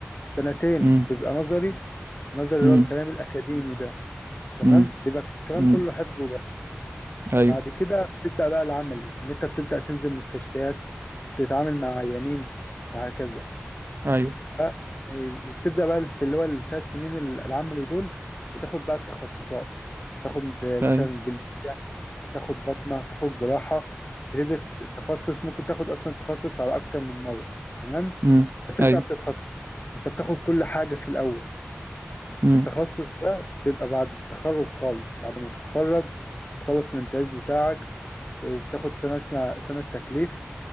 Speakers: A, on the left (about 35°); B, on the right (about 60°).
A: سنتين
B: امم
A: بيبقى نظري نظري اللي
B: امم
A: هو الكلام الأكاديمي ده تمام
B: امم
A: بيبقى الكلام
B: امم
A: كله حفظ وبس
B: ايوه
A: بعد كده بتبدأ بقى العملي اللي انت بتبدأ تنزل مستشفيات تتعامل مع عيانين وهكذا
B: ايوه
A: ف إيه، وبتبدأ بقى في اللي هو الثلاث سنين ال- العملي دول بتاخد بقى التخصصات تاخد
B: ايوه
A: مثلا جلدية تاخد بطنة تاخد جراحة بتدرس التخصص ممكن تاخد أصلا تخصص على أكتر من مرة تمام
B: امم
A: بس انت
B: ايوه
A: بتتخصص انت بتاخد كل حاجة في الأول
B: امم
A: التخصص ده بيبقى بعد التخرج خالص بعد ما تتخرج تخلص الامتياز بتاعك آه، وبتاخد سنة اسمها سنة تكليف